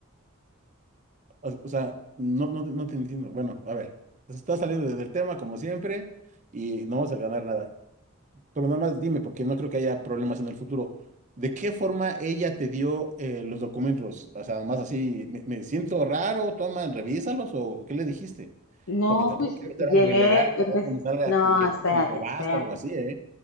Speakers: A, on the right; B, on the left.
A: O, o sea, no, no, no te entiendo. Bueno, a ver, se está saliendo de- del tema como siempre y no vas a ganar nada. Pero nada más dime, porque no creo que haya problemas en el futuro. ¿De qué forma ella te dio eh, los documentos? O sea, más así, me, me siento raro, toma, revísalos o, o qué le dijiste.
B: No,
A: Porque tampoco
B: pues
A: quiero hacer
B: llegué,
A: algo ilegal que
B: empecé,
A: al rato me salga
B: no,
A: con que
B: espérate,
A: tú te los robaste,
B: espérate,
A: algo así, ¿eh?